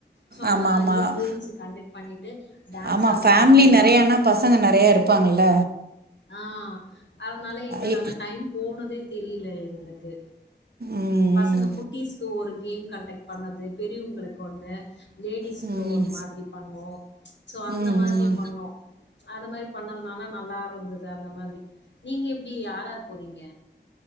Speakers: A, on the left (about 80°); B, on the right (about 60°).
A: ஷோ அதனால
B: ஆமாம் ஆமாம்
A: அங்கயே கேம்ஸ் கண்டக்ட் பண்ணிட் டு டான்ஸ்
B: ஆமாம்
A: அந்த
B: ஃபேமிலி
A: மாதிரிலாம்
B: நிறையானா பசங்க நெறைய இருப்பாங்கள் ல
A: ஆ அதனால எங்களுக்கு
B: ஐ
A: அங்க டைம் போனதே தெரில எங்களுக்கு
B: ம்
A: பசங்க குட்டீஸ்க்கு ஒரு கேம் கண்டெக்ட் பண்ணது பெரியவங்களுக்கு ஒண்ணு லேடிஸ்க்கு
B: ம்
A: ஒரு
B: ம்
A: மாதிரி பண்ணோ சோ அந்த
B: ம்
A: மாதிரி பண்ணோ அது மாரி பண்ணதுனால நல்லா இருந்துது அது அந்த மாரி நீங்க எப்டி யார் யார் போறீங்க